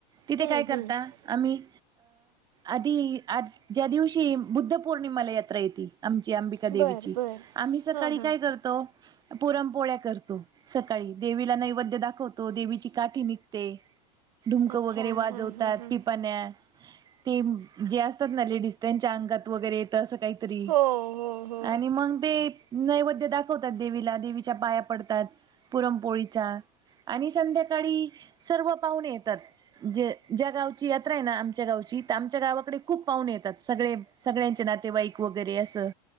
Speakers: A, on the right (about 20°); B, on the right (about 80°).
A: तिथे
B: हम्म,
A: काय
B: हम्म.
A: करता आम्ही आधी आज ज्या दिवशी बुद्ध पौर्णिमाला यात्रा येते आमची अंबिका देवीची
B: बर बर
A: आम्ही सकाळी
B: हां हां
A: काय करतो पुरमपोळ्या करतो सकाळी देवीला नैवेद्य दाखवतो देवीची काठी निघते डुमकं
B: अच्छा
A: वगैरे वाजवतात
B: हां हां हां
A: पिपाण्या ते जे असतात ना लेडिस् त्यांच्या अंगात वगैरे येत असं काहीतरी
B: हो हो हो
A: आणि मग ते नैवेद्य दाखवतात देवीला देवीच्या पाया पडतात पुरमपोळीच्या आणि संध्याकाळी सर्व पाहुणे येतात जे ज्या गावची यात्रा आहे ना आमच्या गावची तर आमच्या गावाकडे खूप पाहुणे येतात सगळे सगळ्यांचे नातेवाईक वगैरे असं